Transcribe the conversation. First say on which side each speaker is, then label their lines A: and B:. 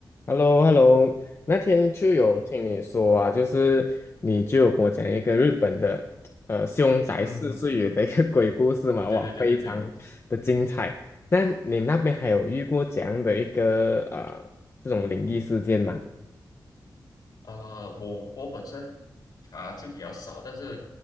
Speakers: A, on the left; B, on the left.
A: h e l l o h e l l o 那天就有听你说啊，
B: 嗯
A: 就是你就有跟我讲一个日本的呃凶宅四岁元的一个
B: 嗯嗯，
A: <laughs> 鬼故事嘛，
B: 对对对对对，
A: 哇，非常的精彩。那你那边还有遇过这样的一个呃这种灵异事件吗？
B: 啊、我我本身啊就比较少，但是